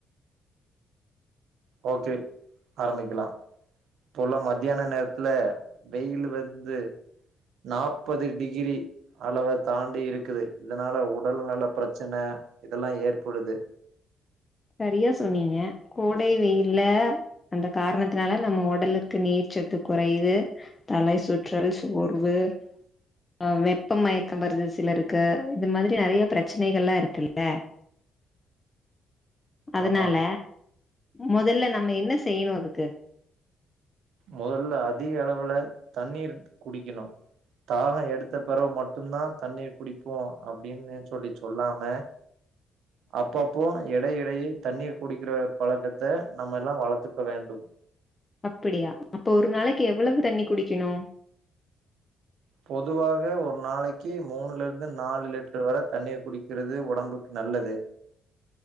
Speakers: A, on the right; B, on the left.
A: ஓகே ஆரம்பிக்கலா இப்போல்லா மத்தியான நேரத்துல வெயில் வந்து நாற்பது டிகிரி அளவ தாண்டி இருக்குது இதனால உடல் நல பிரச்சன இதெல்லா ஏற்படுது
B: சரியா சொன்னீங்க கோடை வெயில்ல அந்த காரணத்தினால நம்ம உடலுக்கு நீர்ச்சத்து குறையுது தலை சுற்றல் சோர்வு அஹ் வெப்ப மயக்கம் வருது சிலருக்கு இது மாதிரி நிறைய பிரச்சனைகள்ல்லா இருக்குல்ல அதனால
A: ஆமா
B: முதல்ல நம்ம என்ன செய்யணு அதுக்கு
A: முதல்ல அதிக அளவுல தண்ணீர் குடிக்கணு தாகம் எடுத்த பெறவு மட்ட மட்டும் தா தண்ணீர் குடிப்போ அப்டின்னு சொல்லி சொல்லாம அப்பப்போ எட இட இடையே தண்ணீர் குடிக்கிற பழக்கத்த நம்ம எல்லா வளர்த்துக்க வேண்டும்
B: அப்படியா அப்ப ஒரு நாளைக்கு எவ்வளவு தண்ணி குடிக்கணும்
A: பொதுவாக ஒரு நாளைக் க்கி மூணுல இருந்து நாலு லிட்டர் வர தண்ணீர் குடிக்கிறது உடம்புக்கு நல்லது